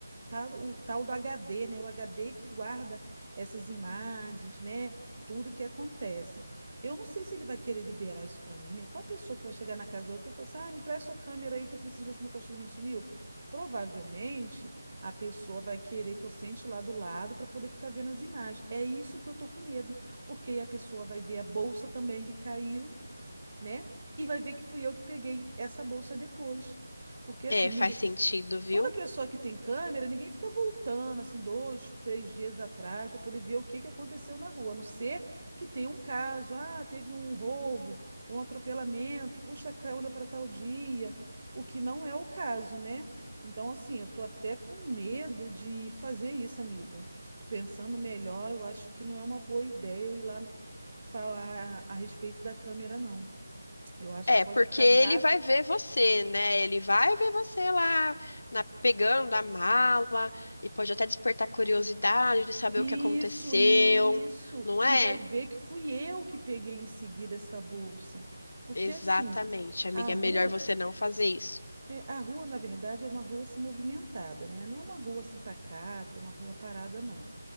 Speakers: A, on the right; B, on the left.
A: tá o tal do HD, né? O HD que guarda essas imagens, né? Tudo que acontece. Eu não sei se ele vai querer liberar isso pra mim, né? Qual a pessoa que vai chegar na casa da outra e falar assim, ah, me presta sua câmera aí que eu preciso ver se meu cachorrinho sumiu? Provavelmente. A pessoa vai querer que eu sente lá do lado para poder ficar vendo as imagens. É isso que eu tô com medo, porque aí a pessoa vai ver a bolsa também que caiu, né? E vai ver que fui eu que peguei essa bolsa depois. Porque assim,
B: É,
A: ninguém
B: faz sentido, viu?
A: Toda pessoa que tem câmera, ninguém fica voltando assim dois, três dias atrás para poder ver o que que aconteceu na rua, a não ser que tenha um caso, ah, teve um roubo, um atropelamento, puxa a câmera para tal dia, o que não é o caso, né? Então, assim, eu tô até com medo de fazer isso, amiga. Pensando melhor, eu acho que não é uma boa ideia eu ir lá falar a respeito da câmera, não. Eu acho
B: É,
A: que pode
B: porque
A: acabar
B: ele vai ver você, né? Ele vai ver você lá na- pegando a mala e pode até despertar curiosidade de saber
A: Isso,
B: o que aconteceu,
A: isso.
B: não é?
A: E vai ver que fui eu que peguei em seguida essa bolsa. Porque
B: Exatamente,
A: assim,
B: amiga.
A: a rua,
B: É melhor você não fazer isso.
A: é, a rua na verdade é uma rua assim movimentada, né? Não é uma rua assim pacata, uma rua parada não.